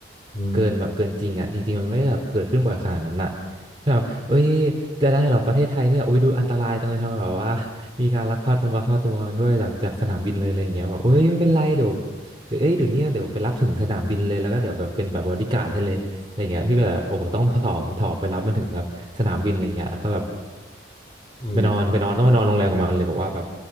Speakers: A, on the left; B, on the right.
A: อืม
B: เกินแบบเกินจริงอ่ะจริงๆมันไม่ได้แบบเกิดขึ้นบ่อยขนาดนั้นอ่ะคือแบบเอ้ยจะได้เหรอประเทศไทยเนี่ยโอ้ยดูอันตรายจังเลยทำไมแบบว่ามีการลักพาตรงลักพาตัวกันด้วยจากจากสนามบินเลยอะไรอย่างเงี้ยบอกเอ้ยไม่เป็นไรเดี๋ยวเดี๋ยวเอ้ยเดี๋ยวเนี้ยเดี๋ยวไปรับถึงสนามบินเลยแล้วก็เดี๋ยวแบบเป็นแบบบอดี้การ์ดให้เลย อะไรเงี้ยพี่ก็เลยโอ้โหต้องต่อต่อไปรับมันถึงแบบสนามบินอะไรเงี้ยแล้วก็แบบ
A: อืม
B: ไปนอนไปนอนต้องไปนอนโรงแรมกับมันเลยบอกว่าแบบ